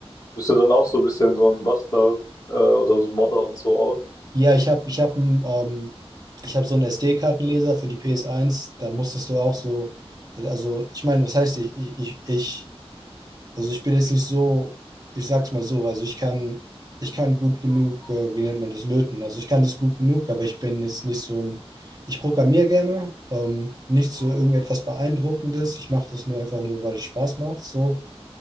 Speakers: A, on the left (about 35°); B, on the right (about 35°).
A: bist du dann auch so ein bisschen so ein Bastler äh, oder so Modder und so auch?
B: Ja, ich habe ich hab einen, ähm, ich hab so einen SD-Kartenleser für die PS1, da musstest du auch so, also ich meine, was heißt, ich, ich, ich, ich Also ich bin jetzt nicht so, ich sag's mal so, also ich kann, ich kann gut genug, äh, wie nennt man das, löten. Also ich kann das gut genug, aber ich bin jetzt nicht so ein, ich programmiere gerne, ähm, nicht so irgendetwas Beeindruckendes. Ich mache das nur einfach nur, weil es Spaß macht, so.